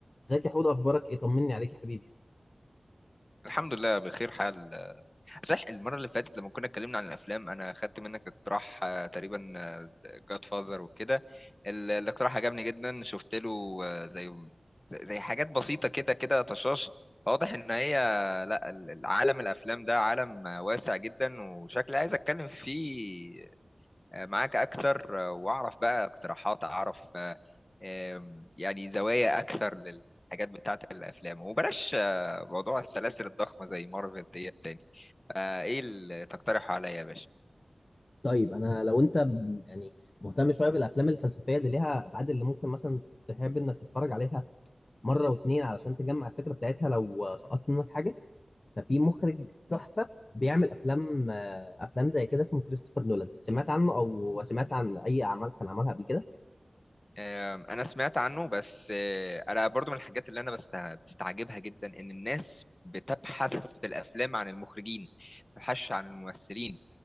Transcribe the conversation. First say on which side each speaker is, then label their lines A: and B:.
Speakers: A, on the left (about 45°); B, on the left (about 35°).
A: ازيك يا حوده اخبارك ايه طمني عليك يا حبيبي
B: الحمد لله بخير حال صح المرة اللي فاتت لما كنا اتكلمنا عن الأفلام أنا خدت منك اقتراح آه، تقريبا جاد فازر وكده ال- الاقتراح عجبني جدا شفت له آه، زي زي زي حاجات بسيطة كده كده طشاش واضح إن هي لا ال- العالم الأفلام ده عالم آه، واسع جدا وشكلي عايز أتكلم فيه آه، معاك أكتر آه، وأعرف بقى اقتراحات أعرف آه، آم، يعني زوايا أكثر للحاجات بتاعة الأفلام وبلاش آه، موضوع السلاسل الضخمة زي مارفل ديت تاني فإيه اللي تقترحه عليا يا باشا؟
A: طيب انا لو انت ب- يعني مهتم شويه بالافلام الفلسفيه دي ليها ابعاد اللي ممكن مثلا تحب انك تتفرج عليها مره واتنين علشان تجمع الفكره بتاعتها لو سقطت منك حاجه ففي مخرج تحفه بيعمل افلام آه، افلام زي كده اسمه كريستوفر نولان سمعت عنه او سمعت عن اي اعمال كان عملها قبل كده
B: آم، أنا سمعت عنه بس آه، أنا برضو من الحاجات اللي أنا بست- بستعجبها جدا إن الناس بتبحث في الأفلام عن المخرجين ما بتبحثش عن الممثلين